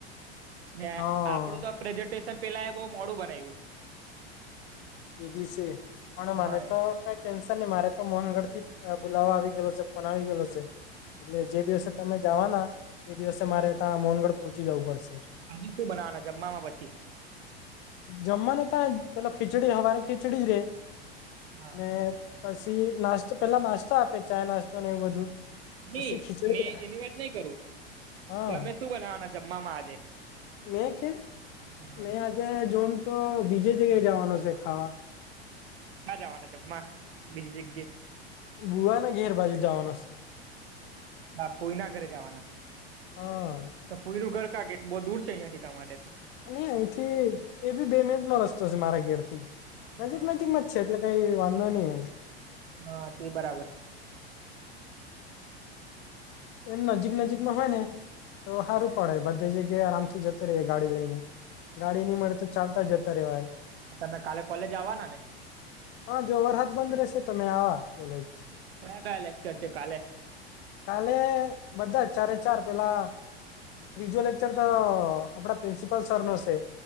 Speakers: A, on the right; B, on the left.
A: ને
B: હા
A: આપડું તો પ્રેઝન્ટેશન પેલા એ બો મોડું બનાવ્યું
B: એબી શે પણ મને
A: હા
B: તો કઈ ટેન્શન નહી મારે તો મોહનગઢ થી બુલાવો આવી ગેલો છે ફોન આવી ગેલો શે એટલે જે દિવસે તમે જવાના એ દિવસે મારે ત્યાં મોહનગઢ પોહંચી જવું પડશે
A: આજે શું બનાવાના જમવામાં પછી
B: જમવાનું ત્યાજ પેલો ખીચડી હવારે ખીચડી રે
A: હા
B: ને પસી નાસ્તો પેલા નાસ્તો આપે ચા નાસ્તોને એવું બધું
A: ની
B: પછી ખીચડી
A: મેં એની વાત નહી કરું
B: હા
A: તમે શું બનાવાના જમવામાં આજે
B: મેં કે
A: હા
B: મેં આજે જોમ તો બીજે જગ્યાએ જવાનો શે ખાવા
A: કા જવાનો જમવા બીજી જગયે
B: બુવાને ઘેર બાજુ જવાનો શે
A: હા ફોઈના ઘરે જવાના
B: હા
A: તો ફૂઈનું ઘર કા કેટ બો દૂર છે અહિયાંથી તમારે
B: અને અહીંથી એ બી બે મિનિટ નો રસ્તો છે મારા ઘેર થી નજીક
A: હા
B: નજીકમાં છે એટલે કઈ વાંધો નહી એમ
A: હા તે બરાબર
B: એમ નજીક નજીકમાં હોય ને તો હારું પડે બધી જગ્યાએ આરામ થી જતો રહે ગાડી લઈને ગાડી નહી મળે તો ચાલતા જતા રેવાય
A: તો તમે કાલે કોલેજ આવવાના ને
B: હા જો વરહદ બંધ રહેશે તમે આવા કોલેજ.
A: કયા કયા લેક્ચર છે કલે?
B: એટ બધા ચારે ચાર પેલા ત્રીજો લેક્ચર તો આપણા પ્રિન્સિપલ સર નો હશે.